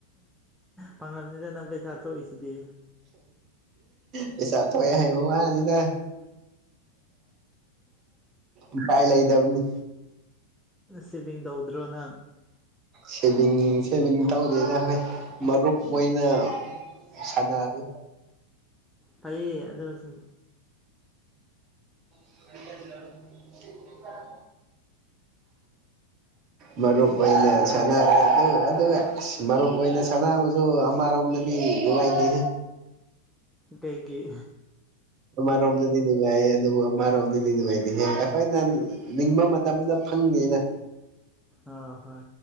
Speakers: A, in the centre; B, on the right (about 35°).
A: ꯐꯪꯉꯝꯅꯤꯗ ꯅꯪ ꯄꯩꯁꯥ ꯊꯣꯛꯏꯗꯨꯗꯤ
B: ꯄꯩꯁꯥ ꯊ‌ꯣꯑꯦ ꯍꯥꯏꯕ ꯋꯥꯅꯤꯗ ꯎꯄꯥꯏ ꯂꯩꯥꯏꯗꯕꯅꯤ
A: ꯁꯤꯚꯤꯡ ꯇꯧꯗ꯭ꯔꯣ ꯅꯪ
B: ꯁꯦꯚꯤꯡ ꯁꯦꯚꯤꯡ ꯇꯧꯗꯦꯗ ꯑꯈꯣꯏ ꯃꯔꯨꯞ ꯑꯣꯏꯅ ꯁꯥꯅꯔꯤ
A: ꯐꯩꯌ‌ꯦ ꯑꯗꯨꯁꯨ
B: <unintelligible> ꯃꯔꯨꯞ ꯑꯣꯏꯅ ꯁꯥꯅꯔ ꯑꯗ‌ꯣ ꯑꯁꯤ ꯃꯔꯨꯞ ꯑꯣꯏꯅ ꯀꯅꯥꯕꯨꯁꯨ ꯑꯃꯥꯔꯣꯝꯗꯗꯤ ꯅꯨꯡꯉꯥꯏꯇꯦ
A: ꯀꯩ ꯀꯩ
B: ꯑꯃꯔꯣꯝꯗꯗꯤ ꯅꯨꯡꯉꯥꯏꯌꯦ ꯑꯗꯨꯕꯨ ꯑꯃꯔꯣꯝꯗꯗꯤ ꯅꯨꯡꯉꯥꯏꯇꯦꯍꯦ ꯑꯩꯈꯣꯏꯅ ꯅꯤꯡꯕ ꯃꯇꯝꯗ ꯐꯪ ꯗ‌ꯦꯅ‌ꯦ <unintelligible>
A: ꯑ ꯍꯣꯏ